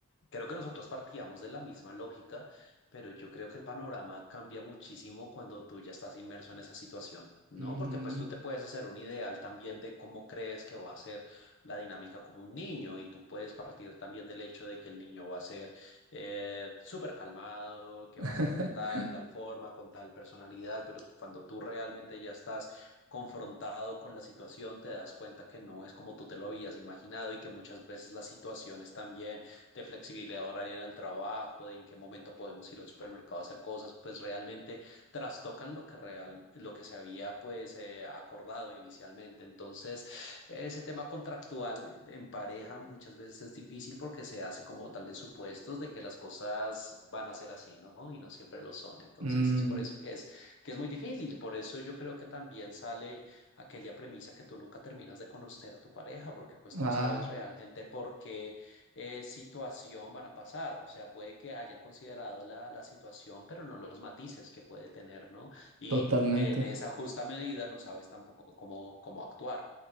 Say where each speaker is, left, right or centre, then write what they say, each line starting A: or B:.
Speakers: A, on the left (about 60°); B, on the right (about 80°).
A: Creo que nosotros partíamos de la misma lógica, pero yo creo que el panorama cambia muchísimo cuando tú ya estás inmerso en esa situación, ¿no?
B: Mm,
A: Porque pues tú te puedes hacer un ideal también de cómo crees que va a ser la dinámica como un niño y tú puedes partir también del hecho de que el niño va a ser eh, súper calmado, que
B: <laughs>
A: va a ser de tal y tal forma, con tal personalidad, pero cuando tú realmente ya estás confrontado con la situación, te das cuenta que no es como tú te lo habías imaginado y que muchas veces las situaciones también de flexibilidad horaria en el trabajo, de en qué momento podemos ir al supermercado a hacer cosas, pues realmente trastocan lo que real, lo que se había pues eh, acordado inicialmente. Entonces, ese tema contractual en pareja muchas veces es difícil porque se hace como tal de supuestos de que las cosas van a ser así, ¿no? Y no siempre lo son. Entonces,
B: mm,
A: es por eso que es que es muy difícil. Por eso yo creo que también sale aquella premisa que tú nunca terminas de conocer a tu pareja, porque pues
B: ah,
A: no sabes realmente por qué eh, situación van a pasar. O sea, puede que hayan considerado la, la situación, pero no los matices que puede tener, ¿no? Y
B: totalmente.
A: en esa justa medida no sabes tampoco cómo, cómo actuar.